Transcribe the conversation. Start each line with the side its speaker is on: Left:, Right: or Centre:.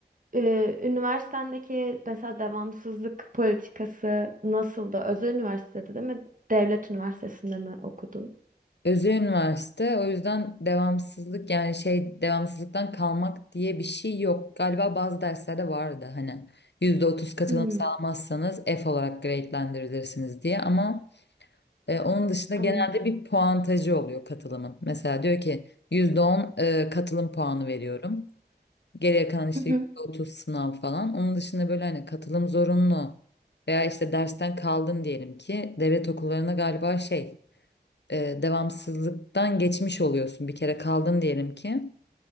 Right: Ee, üniversitendeki mesela devamsızlık politikası nasıldı? Özel üniversitede değil mi? Devlet üniversitesinde mi okudun?
Left: Özü üniversite o yüzden devamsızlık yani şey devamsızlıktan kalmak diye bir şey yok. Galiba bazı derslerde vardı hani %30 katılım
Right: Hmm,
Left: sağlamazsanız F olarak grade'lendirilirsiniz diye ama E, onun dışında
Right: anladım.
Left: genelde bir puantajı oluyor katılımın. Mesela diyor ki %10 e, katılım puanı veriyorum. Geriye kalan işte
Right: Hı hı.
Left: %30 sınav falan. Onun dışında böyle hani katılım zorunlu veya işte dersten kaldın diyelim ki devlet okullarına galiba şey e, devamsızlıktan geçmiş oluyorsun. Bir kere kaldın diyelim ki